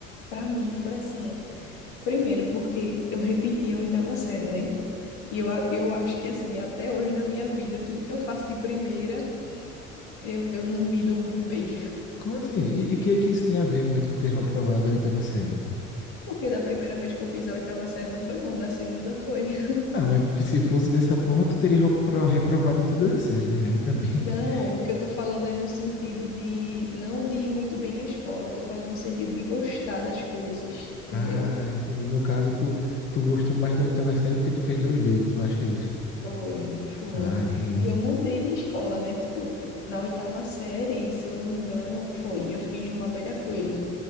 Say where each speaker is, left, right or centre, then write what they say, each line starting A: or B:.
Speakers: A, on the left; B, on the left.
A: Para mim foi assim, primeiro porque eu repeti a oitava série, né? E eu, a- eu acho que assim, até hoje na minha vida, tudo que eu faço de primeira, eu, eu não me dou muito bem.
B: Como assim? E, e o que é que isso tem a ver muito com ter reprovado a oitava série?
A: <laughs> Porque da primeira vez que eu fiz a oitava série não foi bom, da segunda foi.
B: Ah, mas se fosse dessa forma, tu teria repro- reprovado em todas as séries, né? Aí também.
A: Não,
B: <laughs>
A: o que eu tô falando é no sentido de não de ir muito bem na escola, eu tô falando no sentido de gostar das coisas, entendeu?
B: Ah, entendi. No caso, tu, tu gostou mais da oitava série porque tu fez duas vezes, tu acha isso?
A: Foi, foi.
B: Ah, entendi.
A: E eu mudei de escola, né? Tipo, na oitava série, se eu não me engano, foi. Eu fiz no Amélia Coelho.